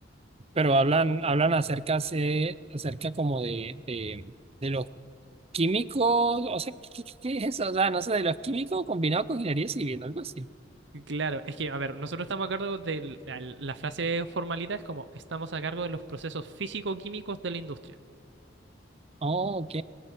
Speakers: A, on the right; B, on the right.
A: pero hablan, hablan acerca, se, acerca como de, de, de los químicos, o sea, ¿qué, qué- qué- es eso? O sea, no sé, de los químicos combinados con ingeniería civil, algo así.
B: Claro, es que, a ver, nosotros estamos a cargo de la la frase formalidad es como estamos a cargo de los procesos físico-químicos de la industria.
A: Oh, ok.